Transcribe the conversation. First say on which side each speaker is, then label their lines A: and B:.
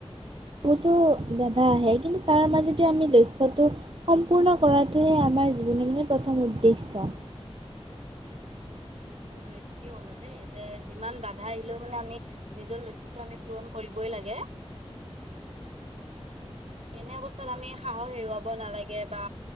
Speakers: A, on the right; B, on the right.
A: বহুতো বাধা আহে কিন্তু তাৰ মাজত আমি লক্ষ্যটো সম্পূৰ্ণ কৰাটোহে আমি আমাৰ জীৱনৰ মানে প্ৰথম উদ্দেশ্য
B: <inaudible> হয় হয় ঠিকেই কলা দেই যে যিমান বাধা আহিলেও মানে আমি নিজৰ লক্ষ্যতো আমি পুৰণ কৰিবই লাগে তেনে অৱস্থাত আমি সাহস হেৰুৱাব নালাগে বা